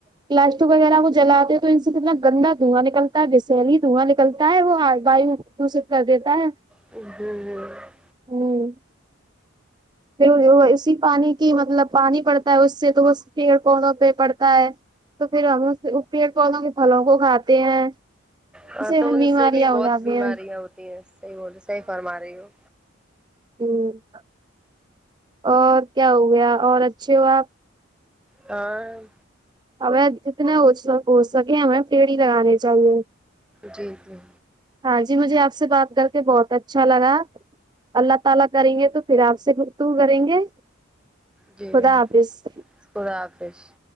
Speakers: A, on the right; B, in the centre.
A: پلاسٹک وغیرہ وہ جلاتے ہیں تو ان سے کتنا گندا دھواں نکلتا ہے وشیلی دھواں نکلتا ہے وہ آ وایو دوشد کر دیتا ہے
B: <unintelligible>
A: آمم پھر اسی پانی کی مطلب پانی پڑتا ہے اس سے تو اسی پیڑ پودوں پے پڑتا ہے تو پھر ہم اس پیڑ پودوں کے پھلوں کو کھاتے ہیں
B: ہاں تو
A: ہمیں
B: ان
A: بیماریاں
B: سے بھی
A: ہو
B: بہت
A: جاتی
B: بیماریاں
A: ہیں
B: ہوتی ہیں صحیح بولرے صحیح فرما رہے ہو
A: ہمم اور کیا ہو گیا اور اچھے ہو آپ
B: ہاں
A: ہمیں جتنے ہو س سکے ہمیں پیڑ ہی لگانے چاہیے
B: جی جی
A: ہاں جی مجھے آپ سے بات کر کے بہت اچھا لگا اللہ تعالی کریں گے تو پھر آپ سے تو گفتگو کریں گے
B: جی
A: خدا حافظ
B: خدا حافظ